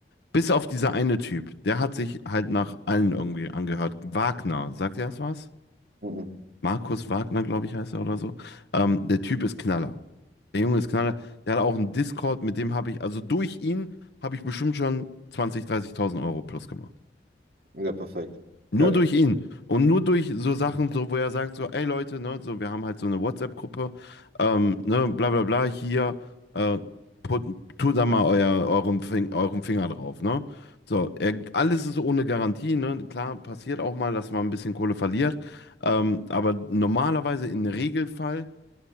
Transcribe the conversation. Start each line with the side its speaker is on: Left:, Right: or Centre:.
Left: bis auf dieser eine Typ, der hat sich halt nach allen irgendwie angehört. Wagner, sagt ihr das was?
Right: Mhm.
Left: Markus Wagner, glaube ich, heißt er oder so. Ähm, der Typ ist Knaller. Der Junge ist Knaller. Der hat auch einen Discord, mit dem habe ich, also durch ihn habe ich bestimmt schon 20.000, 30.000 Euro plus gemacht.
Right: Ja, perfekt.
Left: Nur
Right: Geil.
Left: durch ihn und nur durch so Sachen, so wo er sagt, so, ey Leute, ne, so, wir haben halt so eine WhatsApp-Gruppe, ähm, ne, bla bla bla, hier, äh, put, tut da mal euer, eurem Fing, eurem Finger drauf, ne? So, er, alles ist ohne Garantie, ne? Klar, passiert auch mal, dass man ein bisschen Kohle verliert, ähm, aber normalerweise im Regelfall,